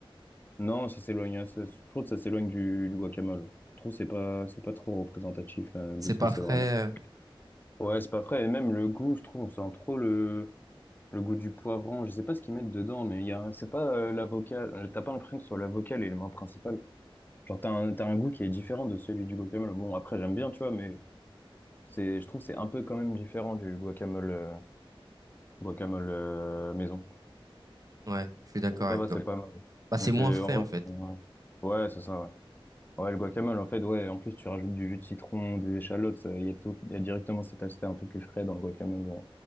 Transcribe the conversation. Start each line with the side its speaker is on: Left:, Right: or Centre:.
Left: Non, ça s'éloigne, hein, ça- je trouve que ça s'éloigne du, du guacamole. Je trouve que c'est pas, c'est pas trop représentatif, euh, de
Right: C'est
Left: ce
Right: pas
Left: que c'est
Right: frais.
Left: vraiment.
Right: euh,
Left: Ouais, c'est pas frais. Et même le goût, je trouve, on sent trop le, le goût du poivron. Je sais pas ce qu'ils mettent dedans, mais il y a, c'est pas, euh, l'avocat. euh, T'as pas l'impression que ce soit l'avocat l'élément principal. Genre, t'as un, t'as un goût qui est différent de celui du guacamole. Bon, après, j'aime bien, tu vois, mais c'est, je trouve que c'est un peu quand même différent du guacamole, euh, guacamole euh, maison.
Right: Ouais, je suis d'accord
Left: Donc, ça
Right: avec
Left: va,
Right: toi.
Left: c'est pas D'accord. mal.
Right: Bah, c'est
Left: Mais c'est,
Right: moins frais,
Left: en vrai,
Right: en fait.
Left: c'est- ouais, Ouais, c'est ça, ouais. Ouais, le guacamole, en fait, ouais, en plus, tu rajoutes du jus de citron, des échalotes, ça, il y a tout, il y a directement cet aspect un peu plus frais dans le guacamole, euh,